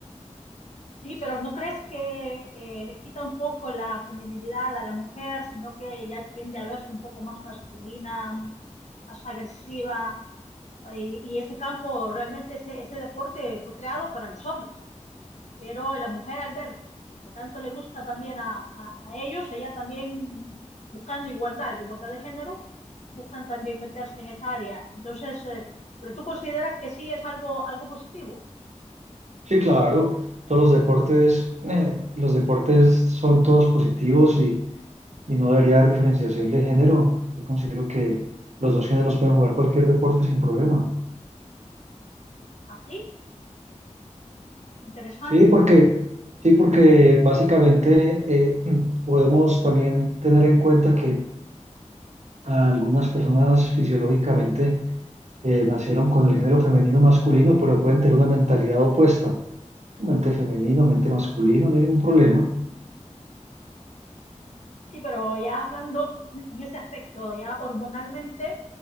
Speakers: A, on the left; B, on the right.
A: Sí, pero ¿no crees que eh, le quita un poco la feminilidad a la mujer, sino que ya tiende a verse un poco más masculina, m- más agresiva? Y, y ese campo, realmente ese, ese deporte fue creado para los hombres. Pero la mujer al ver que tanto le gusta también a, a- a ellos, ella también buscando igualdad, igualdad de género, buscan también meterse en esa área. Entonces, eh, pero tú consideras que sí es algo, algo positivo.
B: Sí, claro, todos los deportes, eh, los deportes son todos positivos y, y no debería haber diferenciación de género. Yo considero que los dos géneros pueden jugar cualquier deporte sin problema.
A: Así, interesante.
B: Sí, porque, sí, porque básicamente eh, mm, podemos también tener en cuenta que algunas personas fisiológicamente eh, nacieron con el género femenino masculino, pero pueden tener una mentalidad opuesta. mente femenino, mente masculino, no hay ningún problema.
A: Sí, pero ya hablando <clears throat> en ese aspecto, ya hormonalmente.